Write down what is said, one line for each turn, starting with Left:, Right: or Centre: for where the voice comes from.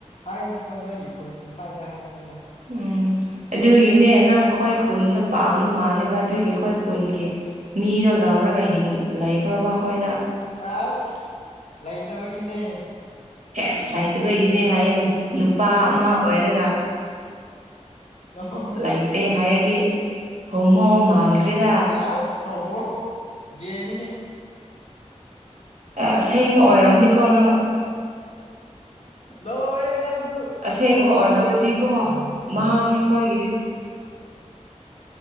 Left: ꯍꯥꯏꯕꯗꯤꯀꯣ ꯅꯣꯏꯒꯤ ꯈꯨꯟ ꯁ꯭ꯋꯥꯏꯗ ꯍꯥꯏꯅꯤꯗ
Right: ꯎꯝ ꯑꯗꯨꯒꯤꯅꯦ ꯅꯪ ꯑꯩꯈꯣꯏ ꯈꯨꯟꯅꯗ ꯄꯥꯝꯝꯕ ꯃꯥꯂꯦꯕ ꯑꯗꯨꯒꯤ ꯑꯩꯈꯣꯏ ꯈꯨꯟꯒꯤ ꯃꯤꯗꯣ ꯂꯧꯔꯒ ꯍꯤꯡ ꯂꯩꯈ꯭ꯔꯣꯕ ꯑꯩꯈꯣꯏꯗ
Left: ꯑꯁ ꯂꯩꯇꯕꯒꯤꯅꯦ
Right: ꯐꯁ ꯂꯩꯇꯕꯒꯤꯅꯦ ꯍꯥꯏꯌꯦ ꯅꯨꯄꯥ ꯑꯃ ꯑꯣꯏꯔꯒ
Left: ꯑ
Right: ꯂꯩꯇꯦ ꯍꯥꯏꯔꯗꯤ ꯍꯣꯃꯣ ꯃꯥꯟꯈ꯭ꯔꯦꯗ
Left: ꯑ ꯁꯃꯨ ꯌꯦꯦꯅꯤ
Right: ꯑꯦ ꯑꯁꯦꯡꯕ ꯑꯣꯏꯔꯝꯅꯤꯀꯣ ꯅꯪ
Left: ꯂꯣꯏꯔꯦ ꯅꯪꯖꯨ
Right: ꯑꯁꯦꯡꯕ
Left: ꯂꯣꯏꯔꯦ
Right: ꯑꯣꯏꯔꯝꯃꯗꯤꯀꯣ ꯃꯥꯡꯉꯦ ꯑꯩꯈꯣꯏꯒꯤꯗꯤ